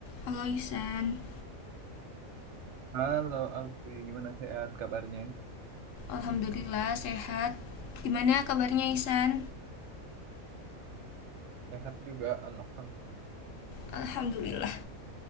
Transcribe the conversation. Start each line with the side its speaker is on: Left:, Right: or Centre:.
Left: Halo Ihsan,
Right: Halo Alfi, gimana sehat kabarnya?
Left: Alhamdulillah sehat. Gimana kabarnya Ihsan?
Right: Sehat juga, alhamdulillah.
Left: Alhamdulillah.